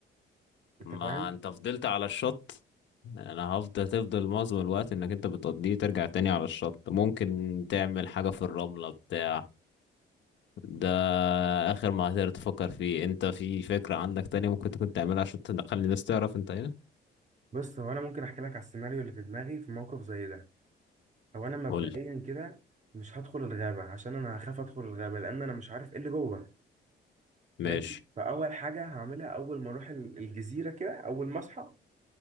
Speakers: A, on the right; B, on the left.
A: انت
B: ما
A: فاهم
B: انت فضلت على الشط انا هفضل تفضل معظم الوقت انك انت بتقضيه ترجع تاني على الشط ممكن تعمل حاجة في الرملة بتاع ده اخر ما هتقدر تفكر فيه انت في فكرة عندك تانية ممكن تكون تعملها عشان تخلي الناس تعرف انت هنا
A: بص هو انا ممكن احكي لك على السيناريو اللي في دماغي في موقف زي ده هو انا مبدئيا
B: قولي
A: كده مش هدخل الغابه عشان انا هخاف ادخل الغابه لان انا مش عارف ايه اللي جوه
B: ماشي
A: ماشي فاول حاجه هعملها اول ما اروح ال- الجزيره كده اول ما اصحى